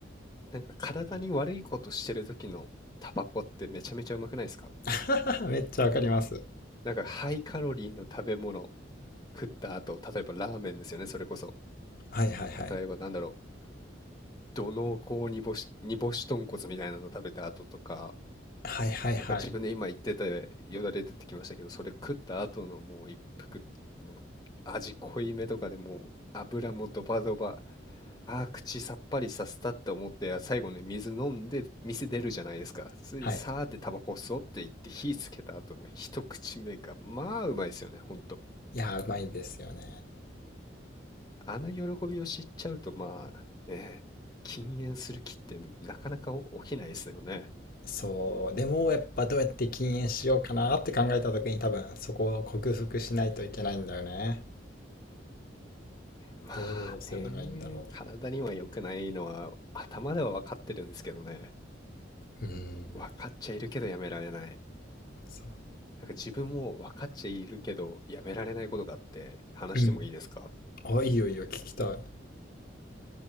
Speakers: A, on the left; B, on the left.
A: う、なんか体に悪いことしてる時のタバコってめちゃめちゃうまくないですか
B: <laughs> めっちゃわかります
A: なんかハイカロリーの食べ物食った後、例えばラーメンですよね、それこそ。
B: はいはいはい
A: 例えばなんだろう、土のうこう煮干し、煮干し豚骨みたいなの食べた後とか、
B: はいはいはい
A: なんか自分で今言ってたよだれ出てきましたけど、それ食った後のもう一服、もう味濃いめとかでもう油もドバドバ、あー口さっぱりさせたって思って、最後に水飲んで店出るじゃないですか。それでさーってタバコ吸おうって言って火つけた後の一口目が、
B: はい
A: まあうまいですよね、ほんと。
B: いやーうまいですよね
A: あの喜びを知っちゃうと、まあね、禁煙する気ってなかなか起きないですよね。
B: そうでもやっぱどうやって禁煙しようかなって考えた時に多分そこを克服しないといけないんだよね
A: まあね、
B: どうするのがいいんだろ
A: 体には良くないのは頭では分かってるんですけどね。
B: ううーん
A: 分かっちゃいるけどやめられない。
B: そう
A: なんか自分も分かっちゃいるけどやめられないことがあって話してもいいですか
B: うんあいいよいいよ聞きたい